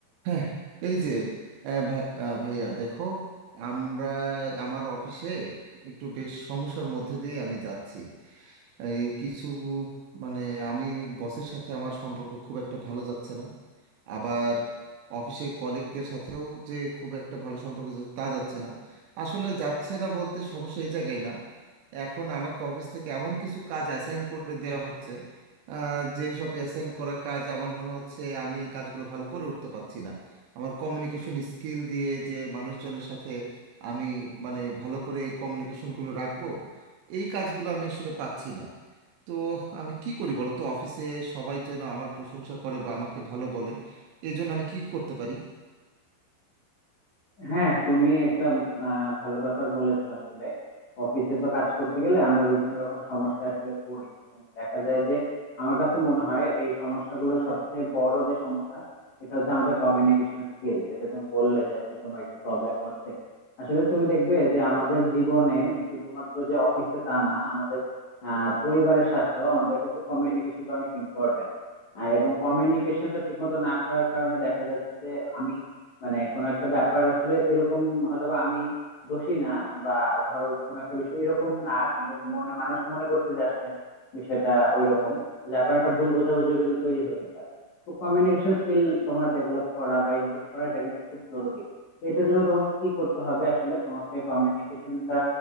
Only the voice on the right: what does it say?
হ্যাঁ এই যে আহ, ভাই- আহ, ভাইয়া দেখো আমরা আমার অফিসে একটু বেশ সমস্যার মধ্যে দিয়ে আমি যাচ্ছি এই কিছু মানে আমি বসের সাথে আমার সম্পর্ক খুব একটা ভালো যাচ্ছে না আবার অফিসে কলিগদের সাথেও যে খুব একটা ভালো সম্পর্ক যাচ্ছে তা যাচ্ছে না আসলে যাচ্ছে না বলতে সমস্যা এই জায়গায় না এখন আমাকে অফিস থেকে এমন কিছু কাজ অ্যাসাইন করে দেওয়া হচ্ছে যে সব অ্যাসাইন করা কাজ আমার মনে হচ্ছে আমি এই কাজগুলো ভালো করে উঠতে পারছি না আমার কমিউনিকেশন স্কিল দিয়ে যে মানুষজনের সাথে আমি মানে ভালো করে এই কমিউনিকেশনগুলো রাখবো এই কাজগুলো আমি আসলে পাচ্ছি না তো আমি কি করি বলো তো অফিসে সবাই যেন আমার প্রশংসা করে বা আমাকে ভালো বলে এই জন্য আমি কি করতে পারি